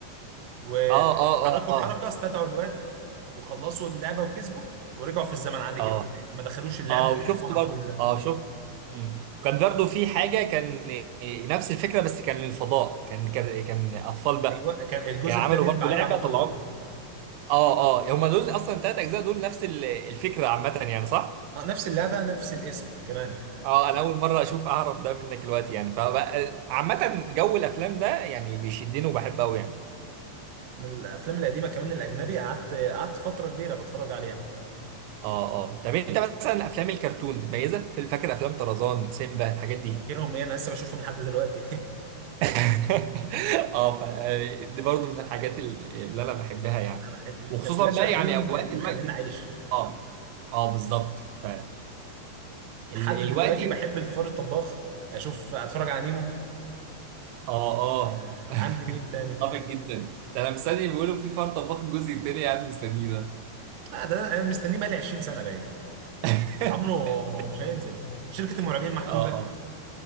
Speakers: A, on the right; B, on the right.
A: ولما
B: اه اه
A: حركوا
B: اه اه
A: حركه استدعوا الواد وخلصوا اللعبه وكسبوا ورجعوا في الزمن عادي
B: اه
A: جدا ما دخلوش اللعبه
B: اه وشفته
A: وكل
B: برضو
A: ده
B: اه شفته امم كان برضو في حاجه كان إيه، نفس الفكره بس كان للفضاء كان كان كان اطفال بقى
A: ايوه كان الجزء
B: كان عملوا
A: التاني اللي
B: برضو
A: بعديه
B: لعبه
A: على طول
B: طلعوها اه اه هم دول اصلا ثلاث اجزاء دول نفس ال- الفكره عامه يعني صح؟
A: آه، نفس اللعبه نفس الاسم كمان
B: اه انا اول مره اشوف اعرف ده منك دلوقتي يعني فبقى عامه جو الافلام ده يعني بيشدني وبحبه قوي يعني
A: من الافلام القديمه كمان الاجنبي قعدت قعدت فتره كبيره بتفرج عليها
B: اه اه طب انت مثلا افلام الكرتون بتميزها في فاكر افلام طرزان سيمبا الحاجات دي
A: فاكرهم ايه انا لسه بشوفهم لحد دلوقتي <laughs>
B: <laughs> اه ف دي برضو من الحاجات ال- اللي انا بحبها يعني
A: انا ال- الدبلجه
B: وخصوصا بقى
A: فيهم
B: يعني اوقات
A: كانت
B: دلوقتي
A: مخليني عايش
B: اه اه بالظبط ف
A: لحد
B: دلوقتي
A: دلوقتي بحب الفار الطباخ اشوف اتفرج على نيمو
B: اه اه
A: آه
B: <laughs>
A: عندي مين تاني
B: اتفق جدا ده انا مستني بيقولوا في فرط طباخ الجزء التاني قاعد مستنيه ده
A: آه ده انا مستنيه بقالي 20 سنه باين
B: <laughs>
A: عمره مش هينزل شركه المرعبين محدوده
B: اه اه